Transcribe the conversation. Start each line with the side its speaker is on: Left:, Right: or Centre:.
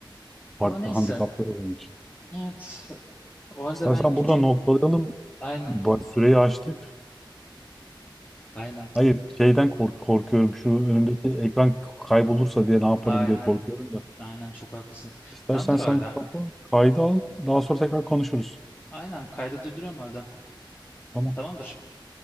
Centre: Farklı
Left: Ama neyse.
Centre: handikapları olmuş.
Left: Evet. O halde
Centre: İstersen
Left: ben gideyim.
Centre: burada noktalayalım.
Left: Aynen.
Centre: Bu süreyi açtık.
Left: Aynen.
Centre: Hayır, şeyden kork korkuyorum. Şu önümdeki ekran kaybolursa diye ne yaparım
Left: Aynen.
Centre: diye korkuyorum da.
Left: Aynen çok haklısın.
Centre: İstersen
Left: Tamamdır
Centre: sen
Left: o halde.
Centre: kapı, kaydı al. Daha sonra tekrar konuşuruz.
Left: Aynen kaydı durduruyorum o halde.
Centre: Tamam.
Left: Tamamdır.